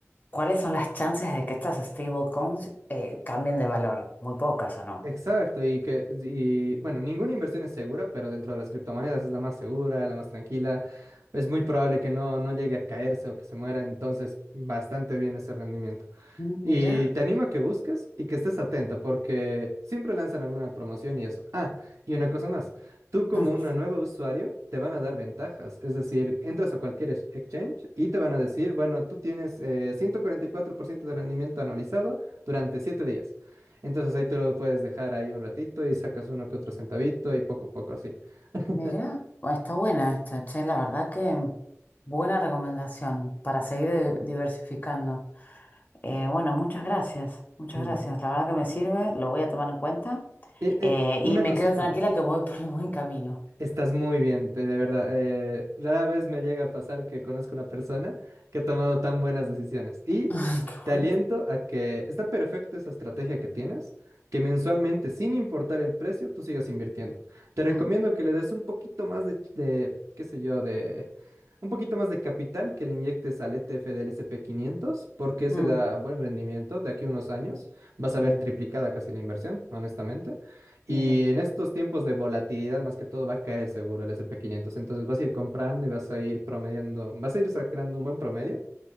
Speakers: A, on the left (about 35°); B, on the right (about 70°).
A: ¿cuáles son las chances de que estas stablecoins eh, cambien de valor? Muy pocas, ¿o no?
B: Exacto, y que, y bueno, ninguna inversión es segura, pero dentro de las criptomonedas es la más segura, la más tranquila. Es muy probable que no, no llegue a caerse o que se muera, entonces bastante bien ese rendimiento.
A: Mm, Mira,
B: Y te animo a que busques y que estés atenta porque siempre lanzan alguna promoción y eso. Ah, y una cosa más, tú como
A: Mm,
B: un nuevo usuario te van a dar ventajas, es decir, entras a cualquier ex- exchange y te van a decir, bueno, tú tienes eh, 144% de rendimiento anualizado durante 7 días. Entonces ahí tú lo puedes dejar ahí un ratito y sacas uno que otro centavito y poco a poco así. <laughs>
A: mira, Bueno, está buena esta, che, la verdad que buena recomendación para seguir eh, diversificando. Eh, bueno, muchas gracias, muchas
B: Mm.
A: gracias, la verdad que me sirve, lo voy a tomar en cuenta
B: Eh, eh,
A: eh,
B: una
A: y me
B: cosita.
A: quedo tranquila que voy <laughs> por el buen camino.
B: Estás muy bien, de, de verdad. eh, rara vez me llega a pasar que conozco una persona que ha tomado tan buenas decisiones. Y
A: <laughs> Qué
B: te aliento
A: bueno.
B: a que está perfecto esa estrategia que tienes, que mensualmente, sin importar el precio, tú sigas invirtiendo. Te recomiendo
A: Mm,
B: que le des un poquito más de, ch- de, qué sé yo, de un poquito más de capital que le inyectes al ETF del S&P 500, porque ese
A: mm,
B: da buen rendimiento. De aquí a unos años vas
A: Bien,
B: a ver triplicada casi la inversión, honestamente. Y
A: bien.
B: en estos tiempos de volatilidad, más que todo, va a caer seguro el S and P quinientos Entonces vas a ir comprando y vas a ir promediando, vas a ir sacando un buen promedio.